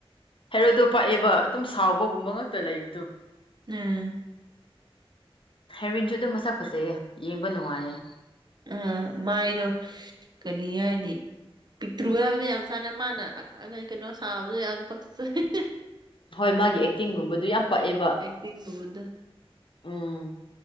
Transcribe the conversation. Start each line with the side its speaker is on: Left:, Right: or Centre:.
Left: ꯍꯦꯔꯣꯗꯨ ꯄꯛꯑꯦꯕ ꯑꯗꯨꯝ ꯁꯥꯎꯕꯒꯨꯝꯕ ꯉꯛꯇ ꯂꯩꯕꯗꯨ
Right: ꯎꯝ
Left: ꯍꯦꯔꯣꯏꯟꯖꯨ ꯑꯗꯨꯝ ꯃꯁꯛ ꯐꯖꯩꯌꯦ ꯌꯦꯡꯕ ꯅꯨꯡꯉꯥꯏꯌꯦ
Right: ꯑ ꯃꯥꯏꯗꯣ ꯀꯔꯤ ꯍꯥꯏꯅꯤ ꯄꯤꯛꯇ꯭ꯔꯨꯒ ꯍꯥꯏꯕꯗꯨ ꯌꯥꯝ ꯆꯥꯟꯅꯩ ꯃꯥꯅ <unintelligible> ꯀꯩꯅꯣ ꯁꯥꯕꯗꯣ ꯌꯥꯝ ꯄꯛꯆꯩ
Left: ꯍꯣꯏ ꯃꯥꯒꯤ ꯑꯦꯛꯇꯤꯡꯒꯨꯝꯕꯗꯨ ꯌꯥꯝ ꯄꯛꯑꯦꯕ
Right: ꯇꯤꯡ ꯃꯉꯣꯟꯗ
Left: ꯎꯝ